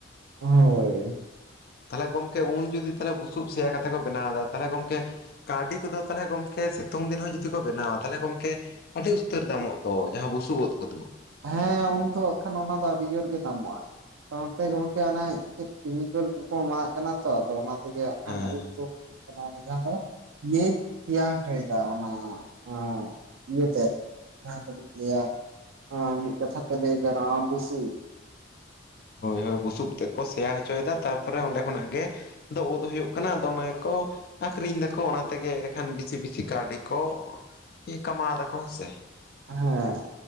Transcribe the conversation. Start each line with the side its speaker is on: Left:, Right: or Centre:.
Right: ᱦᱳᱭ᱾
Left: ᱛᱟᱦᱞᱮ ᱜᱚᱢᱠᱮ ᱩᱱ ᱡᱩᱫᱤ ᱛᱟᱦᱞᱮ ᱵᱩᱥᱩᱵ ᱥᱮᱭᱟ ᱠᱟᱛᱮ ᱠᱚ ᱵᱮᱱᱟᱣ ᱫᱟ ᱛᱟᱦᱞᱮ ᱜᱚᱢᱠᱮ᱾ ᱠᱟᱣᱰᱤ ᱠᱚᱫᱚ ᱛᱟᱦᱞᱮ ᱜᱚᱢᱠᱮ ᱥᱤᱛᱩᱝ ᱫᱤᱱ ᱦᱚᱸ ᱡᱩᱫᱤ ᱠᱚ ᱵᱮᱱᱟᱣᱟ ᱛᱟᱦᱞᱮ ᱜᱚᱢᱠᱮ᱾ ᱟᱰᱤ ᱩᱥᱛᱟᱹᱨ ᱫᱟᱢᱚᱜ ᱫᱚ ᱡᱟᱸᱦᱟ ᱵᱩᱥᱩᱵ ᱳᱫ ᱠᱚᱫᱚ᱾
Right: ᱦᱮᱸ ᱩᱱᱫᱚ ᱟᱜ ᱠᱷᱟᱱ ᱚᱱᱟ ᱫᱚ ᱟᱰᱤ ᱡᱳᱨ ᱜᱮ ᱫᱟᱢᱚᱜ-ᱟ᱾ ᱥᱟᱶᱛᱮ ᱜᱚᱝᱠᱮ ᱚᱱᱮ ᱪᱮᱫ ᱠᱮᱢᱤᱠᱮᱞ ᱠᱚᱠᱚ ᱮᱢᱟ ᱟᱜ ᱠᱟᱱᱟ ᱛᱚ ᱟᱫᱚ ᱚᱱᱟ᱾ <unintelligible>
Left: ᱦᱮᱸ
Right: ᱚᱱᱮ ᱡᱟᱸᱦᱟ ᱫᱚ᱾ ᱤᱭᱟᱹ ᱛᱮᱭᱟᱨ ᱦᱚᱪᱚᱭ ᱫᱟ ᱚᱱᱟ ᱟᱸ ᱤᱭᱟᱹᱛᱮ᱾ ᱡᱟᱸᱦᱟ ᱫᱚ ᱢᱤᱫ ᱜᱮᱭᱟᱭ᱾ ᱟᱸ ᱢᱤᱫ ᱠᱟᱛᱷᱟ ᱛᱮ ᱞᱟᱹᱭ ᱜᱟᱱᱚᱜ-ᱟ ᱵᱩᱥᱩᱵ᱾
Left: ᱦᱳᱭ ᱦᱳᱭ ᱵᱩᱥᱩᱵ ᱛᱮᱜ ᱠᱚ ᱥᱮᱭᱟ ᱦᱚᱪᱚᱭ ᱫᱟ ᱛᱟᱨᱯᱚᱨᱮ ᱚᱸᱰᱮ ᱠᱷᱚᱱᱟᱜ ᱜᱮ᱾ ᱟᱫᱚ ᱳᱫ ᱦᱩᱭᱩᱜ ᱠᱟᱱᱟ ᱟᱫᱚ ᱚᱱᱟ ᱜᱮᱠᱚ᱾ ᱟᱠᱷᱨᱤᱧ ᱫᱟᱠᱚ ᱚᱱᱟ ᱛᱮᱜᱮ ᱮᱰᱮᱠᱷᱟᱱ ᱵᱤᱥᱤ ᱵᱤᱥᱤ ᱠᱟᱣᱰᱤ ᱠᱚ ᱠᱟᱢᱟᱣ ᱫᱟᱠᱚ ᱦᱮᱸ ᱥᱮ᱾
Right: ᱦᱮᱸ